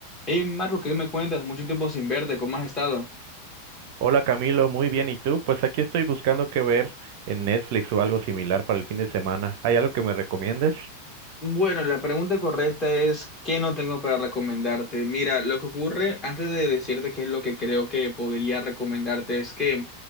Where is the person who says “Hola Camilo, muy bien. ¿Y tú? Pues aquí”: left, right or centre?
Right